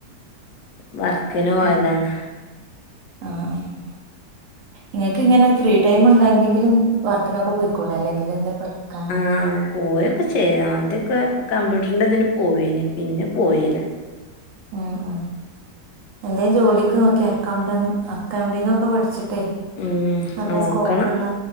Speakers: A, on the left (about 80°); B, on the right (about 65°).
A: വർക്കിന് പോയതാണ്
B: ഉം ആഹ് അഹ് ഇങ്ങൾക്ക് ഇങ്ങനെ ഫ്രീ ടൈം ഉണ്ടോ എന്തെങ്കിലും വർക്കിനൊക്കെ പോയിക്കൂടെ, അല്ലെങ്കിൽ എന്താ പഠിക്കാനോ?
A: ആഹ് പോയൊക്കെ ചെയ്യ, ആദ്യൊക്കെ കമ്പ്യൂട്ടറിന്റെ ഇതിന് പോയിന് പിന്നെ പോയില
B: ഉം ഉം എന്തേം ജോലിക്ക് നോക്കി അക്കൗണ്ടന്റ് അക്കൗണ്ടിങ്ങ ക്കെ പഠിച്ചിട്ടേ
A: ഉം
B: നല്ല
A: നോക്കണം
B: സ്കോപ്പുള്ള